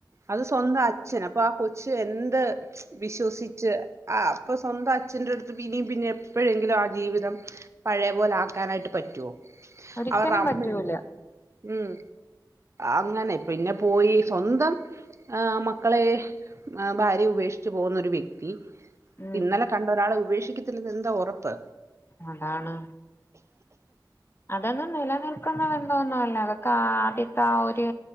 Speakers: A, on the right (about 35°); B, on the left (about 30°).
A: അത് സ്വന്തം അച്ഛന്. അപ്പൊ ആ കൊച്ച എന്ത് വിശ്വസിച്ച് ആ അപ്പൊ സ്വന്തം അച്ഛന്റെറെ അടുത്ത് ഇനിയും പിന്നെ എപ്പോഴെങ്കിലും ആ ജീവിതം പഴയപോലെ ആ ക്കാനായിട്ട് പറ്റോ.
B: ഒരിക്കലും
A: അവരുടെ അമ്മയുണ്ട്
B: പറ്റൂല
A: ഉം. അങ്ങനെ. പിന്നെ പോയി സ്വന്തം. മക്കളെ ഭാര്യ ഉപേക്ഷിച്ച് പോകുന്നൊരു വ്യക്തി
B: ഉം
A: ഇന്നലെ കണ്ട ഒരാളെ ഉപേക്ഷിക്കത്തില്ല എന്താ ഉറപ്പ്.
B: അതാണ്. അതൊന്നും നിലനിൽക്കുന്ന ബന്ധമൊന്നും അല്ലേ. അതൊക്കെ ആദ്യത്തെ ആ ഒരു